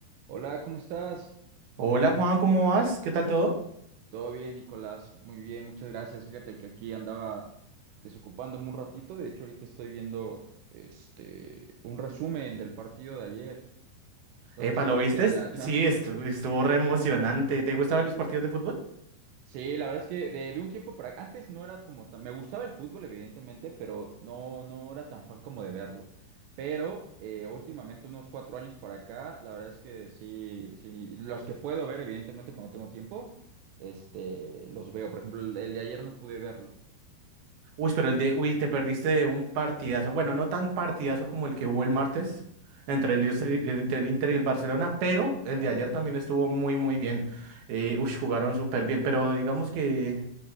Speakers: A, on the right; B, on the right.
A: Hola, ¿cómo estás?
B: Hola Juan, ¿cómo vas? ¿Qué tal todo?
A: Todo bien, Nicolás. Muy bien, muchas gracias. Fíjate que aquí andaba desocupándome un ratito. De hecho, ahorita estoy viendo este un resumen del partido de ayer. No
B: Epa,
A: sé si
B: ¿lo
A: lo viste
B: viste?
A: de
B: Sí,
A: la Champions.
B: estu- estuvo re emocionante. ¿Te gusta ver los partidos de fútbol?
A: Sí, la verdad es que de, de un tiempo para antes no era como tan, me gustaba el fútbol evidentemente, pero no, no era tan fan como de verlo. Pero eh, últimamente unos cuatro años para acá, la verdad es que sí, sí, los que puedo ver evidentemente cuando tengo tiempo, este, los veo. Por ejemplo, el, el de ayer no pude verlo.
B: Uy, pero el de, uy, te perdiste de un partidazo. Bueno, no tan partidazo como el que hubo el martes entre
A: Ok,
B: el, Inter y el Inter- el Inter y el Barcelona, pero el
A: Claro.
B: de ayer también estuvo muy, muy bien. Eh, uy, jugaron súper bien, pero digamos que